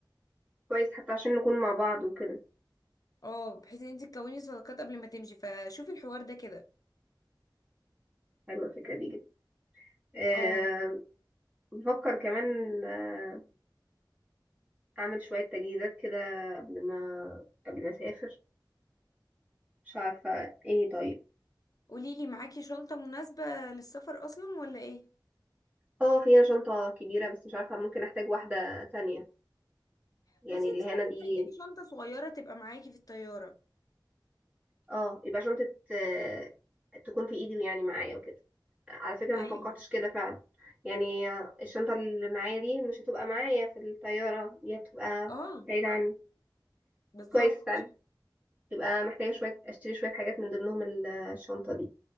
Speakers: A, on the right; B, on the left.
A: كويس حتى عشان نكون مع بعض وكده
B: اه بحيث ان انت تكوني صداقات قبل ما تمشي فشوفي الحوار ده كده
A: حلوة الفكرة دي جدا أه
B: اه
A: بفكر كمان آه، أعمل شوية تجهيزات كده قبل ما قبل ما أسافر مش عارفة ايه طيب
B: قوليلي معاكي شنطة مناسبة للسفر اصلا ولا ايه
A: اه في هنا شنطة كبيرة بس مش عارفة ممكن أحتاج واحدة تانية يعني
B: بصي
A: اللي
B: انت
A: هنا
B: ممكن
A: دي
B: تحتاجي شنطة صغيرة تبقى معاكي في الطيارة
A: اه يبقى شنطة آه، تكون في إيدي ويعني معايا وكده على فكرة ما
B: ايوه
A: فكرتش كده فعلا يعني آه، الشنطة اللي معايا دي مش هتبقى معايا في الطيارة دي هتبقى
B: اه
A: بعيدة عني
B: بالظبط
A: كويس فعلا يبقى محتاجة شوية أشتري شوية حاجات من ضمنهم ال- الشنطة دي